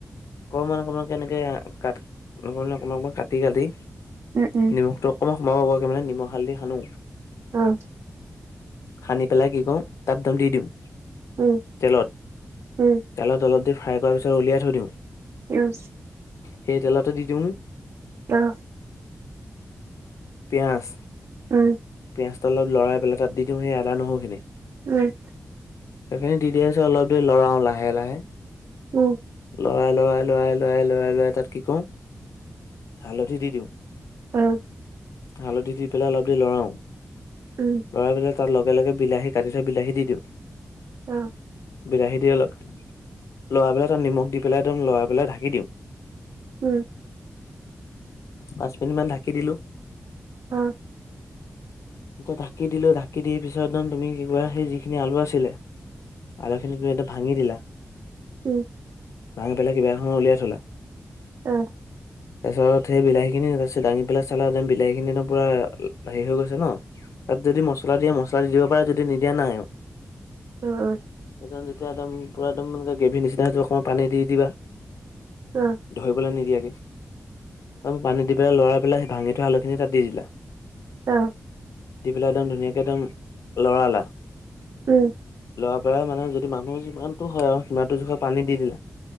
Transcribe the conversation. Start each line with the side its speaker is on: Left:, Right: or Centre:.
Left: অকমান অকমানকে এনেকে কাট অকণমান অকমান কাটি -কাটি
Right: উম উম
Left: নিমখটো অকমান সোমাব পৰাকে মানে নিমখ হালধি সানো
Right: অহ।
Left: সানি পেলাই কি কৰো তাত দম দি দিওঁ
Right: ওম
Left: তেলত
Right: ওম
Left: তেলত অলপ দেৰি ফ্ৰাই কৰাৰ পিছত উলিয়াই থৈ দিওঁ
Right: উম
Left: সেই তেলতে দি দিওঁ
Right: অ
Left: পিঁয়াজ
Right: উম
Left: পিঁয়াজটো অলপ লৰাই পেলাই তাত দিওঁ সেই আদা নহৰুখিনি
Right: উম
Left: সেইখিনি দি দিয়াৰ পিছত অলপ দেৰি লৰাওঁ লাহে লাহে
Right: উম
Left: লৰাই লৰাই লৰাই লৰাই লৰাই লৰাই তাত কি কৰো হালধি দি দিওঁ
Right: অ
Left: হালধি দি পেলাই অলপ দেৰি লৰাওঁ
Right: উম
Left: লৰাই পেলাই তাৰ লগে লগ বিলাহী কাটি থোৱা বিলাহী দি দিওঁ
Right: অ
Left: বিলাহী দি অলপ লৰাই পেলাই তাত নিমখ দি পেলাই একদম লৰাই পেলাই ঢাকি দিওঁ
Right: উম
Left: পাঁচ মিনিট মান ঢাকি দিলো
Right: অ
Left: এতিয়া ঢাকি দিলো ঢাকি দি পিছত তুমি কিবা সেই যিখিনি আলু আছিলে আলু খিনি তুমি একদম ভাঙি দিলা
Right: ওম
Left: ভাঙি পেলাই কিবা এখনত উলিয়াই থলা
Right: অ
Left: <unintelligible> তাৰ পিছত সেই বিলাহী খিনি তাৰপিছত দাঙি পেলাই চালা একদম বিলাহী খিনি একদম পুৰা হেৰি হৈ গৈছে ন তাত যদি মছলা দিয়ে মছলা দি দিব পাৰে যদি নিদিয়া নাই আৰু
Right: অ অ
Left: সেই যেতিয়া একদম পূৰা একদম এনেকৈ গ্ৰেভীৰ নিচিনা হয়েইটো অকণমান পানী দি দিবা
Right: অ
Left: ধৰিবলৈ নিদিয়াকে তাৰপা পানী দি পেলাই লৰাই পেলাই সেই ভাঙি থোৱা আলুখিনি তাত দি দিলা
Right: অ
Left: দি পেলাই একদম ধুনীয়াকে একদম লৰালা
Right: উম
Left: লৰা পৰাই মানে যদি মানুহ যিমানটো হয় আৰু সিমানটো জোখত পানী দি দিলা